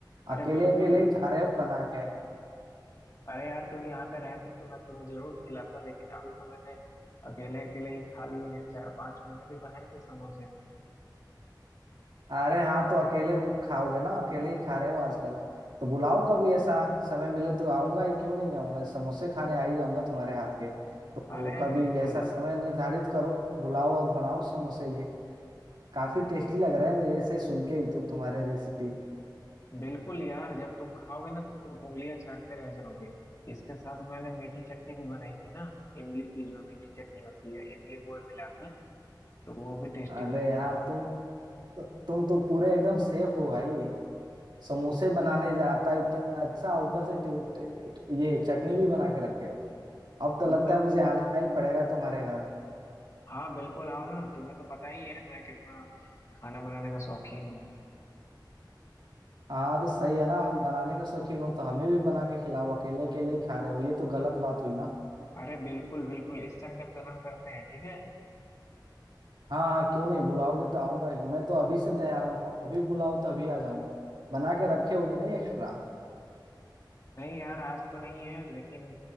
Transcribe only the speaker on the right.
अकेले
अकेले ही खा रहे हो बना के
अरे हाँ तो अकेले खाओगे ना अकेले ही खा रहे हो आजकल तो बुलाओ कभी ऐसा समय मिले तो आऊंगा ही क्यों नहीं आऊंगा समोसे खाने आ ही जाऊंगा तुम्हारे हाथ के तो
कभी
ऐसा समय निर्धारित करो बुलाओ और बनाओ समोसे ये काफी टेस्टी लग रहे हैं ऐसे सुन के ही तो तुम्हारे रेसिपी
अरे
यार
तुम तो, तुम तो पूरे एकदम सेफ हो भाई समोसे बनाने जाता इतना अच्छा ऊपर से टे, टे, टे- ये चटनी भी बना के रखे हो अब तो
लगता
है मुझे आना ही पड़ेगा तुम्हारे घर
हाँ तो सही है ना बनाने के शौकीन हो तो हमें भी बना के खिलाओ अकेले अकेले ही खा रहे हो ये तो गलत बात हुई ना
हाँ हाँ क्यों नहीं बुलाओगे तो आऊंगा ही मैं तो अभी से तैयार हूँ अभी बुलाओ तो अभी आ जाऊं बना के रखे हो कि नहीं एक्स्ट्रा